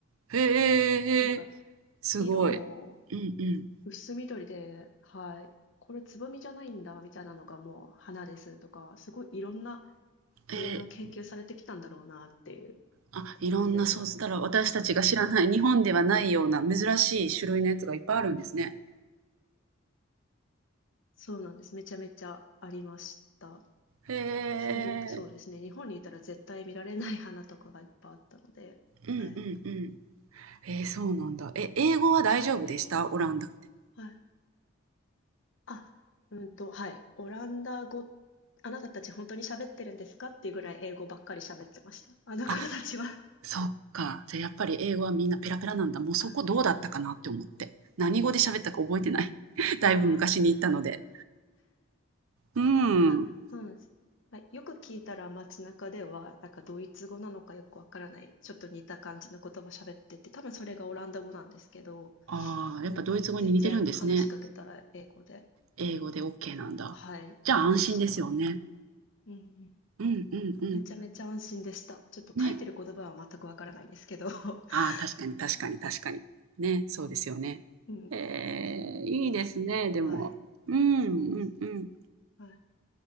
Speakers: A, on the right; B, on the left.
A: へへえ。
B: <laughs> なんか
A: すごい。
B: 色も
A: うんうん。
B: 薄緑で、はい。これつぼみじゃないんだみたいなのがもう花ですとか、すごいいろんな、
A: ええ、
B: いろいろ研究されてきたんだろうなっていう
A: あ、
B: 感じでしたね。
A: いろんな、そうしたら私たちが知らない、日本ではないような珍しい種類のやつがいっぱいあるんですね。
B: そうなんです。めちゃめちゃありました。
A: へえ。
B: チューリップ、そうですね。日本にいたら絶対見られない花とかがいっぱいあったので、
A: うんうんうん。
B: はい。
A: えーそうなんだ。え、英語は大丈夫でした？
B: ちなみに、
A: オランダって。
B: はいあ、うんと、はい。オランダ語、あなたたち本当に喋ってるんですかっていうぐらい英語ばっかり喋ってました。あの方たちは。
A: あ、
B: <laughs>
A: そっか。じゃ、やっぱり英語はみんなペラペラなんだ。もうそこどうだったかなって思って。
B: はい。
A: 何語で喋ったか覚えてない。<laughs> だいぶ昔に行ったので。
B: あ
A: うん。
B: あ、あ、そうなんです。はい、よく聞いたら街中では、なんかドイツ語なのかよくわからない、ちょっと似た感じの言葉喋ってて、多分それがオランダ語なんですけど、
A: ああ、
B: もう全然話しかけたら英語で、
A: やっぱドイツ語に似てるんですね。英語でオッケーなんだ。
B: はい、
A: じゃあ安心ですよね。
B: 似てました。うんうん。
A: うんうんうん。
B: めちゃめちゃ安心でした。ちょっと書いてる言葉は全くわからないですけど。
A: ね。
B: <laughs>
A: ああ、確かに確かに確かに。ね、そうですよね。
B: うん。
A: えーいいですね、でも。
B: はい。
A: うん、
B: そうなんです。
A: うんうん。
B: はい。